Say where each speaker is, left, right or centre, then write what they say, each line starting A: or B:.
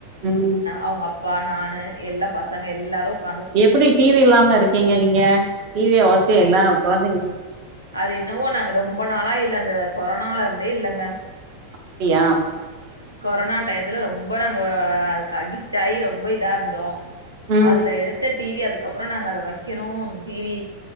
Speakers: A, on the right; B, on the right.
A: ம்
B: அவங்க அப்பா நானு எல் பாசாங்க எல்லாரு உக்கா
A: எப்படி டிவி இல்லாம இருக்கீங்க நீங்க டிவி அவசிய இல்ல குழந்தைங்க
B: அது இன்னமோ நாங்க ரொம்ப நாளா இல்ல அந்த கொரோனால இருந்தே இல்லங்க
A: அப்படியா
B: கொரோனா டயத்துல ரொம்ப நாங்க அதுக்கு அடிக் ஆகி ரொம்ப இதா இருந்தோ
A: ம்
B: அதுல எடுத்த டிவி அதுக்கப்புறம் நாங்க அதை வைக்கணும் டிவி